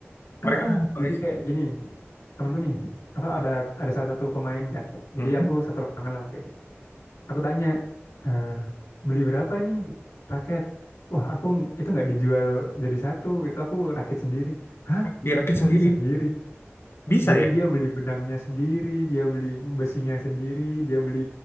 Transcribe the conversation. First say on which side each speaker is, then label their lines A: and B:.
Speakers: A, on the left; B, on the left.
A: Heeh,
B: mereka main koleksi
A: jadi kayak gini, temanku nih, apa ada ada salah satu pemain kan. Jadi
B: Mm-mm.
A: aku satu lapangan lah mungkin. Aku tanya, "Eh, beli berapa ini raket? Wah, aku ng- itu nggak dijual jadi satu, itu aku rakit sendiri. Hah?
B: dirakit
A: Rakit
B: sendiri
A: sendiri?
B: bisa
A: Jadi
B: ya
A: dia beli benangnya sendiri, dia beli besinya sendiri, dia beli